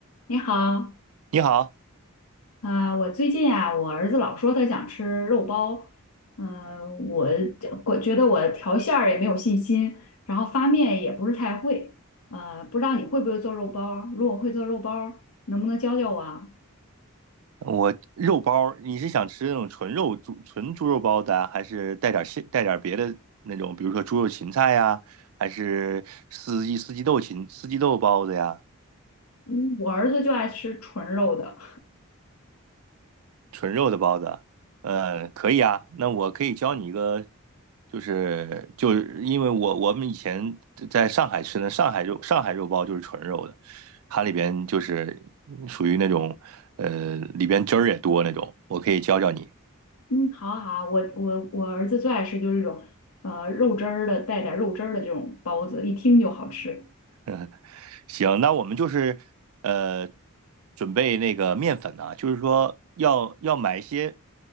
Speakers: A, on the left (about 80°); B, on the right (about 75°).
A: 你好，
B: 你好，
A: 啊、我最近啊，我儿子老说他想吃肉包，嗯、我我觉得我调馅儿也没有信心，然后发面也不是太会，呃，不知道你会不会做肉包？如果会做肉包，能不能教教我啊？
B: 我肉包儿你是想吃那种纯肉猪纯猪肉包子啊，还是带点儿馅带点儿别的那种，比如说猪肉芹菜呀，还是四季四季豆芹四季豆包子呀？<laughs>
A: 嗯，我儿子就爱吃纯肉的。
B: 纯肉的包子，呃，可以啊。那我可以教你一个，就是就是因为我我们以前在上海吃的上海肉上海肉包就是纯肉的，它里边就是属于那种呃里边汁儿也多那种。我可以教教你，
A: 嗯，好啊好啊我我我儿子最爱吃就是这种，呃，肉汁儿的，带点儿肉汁儿的这种包子，一听就好吃。
B: <laughs> 行，那我们就是呃，准备那个面粉呢，就是说要要买一些，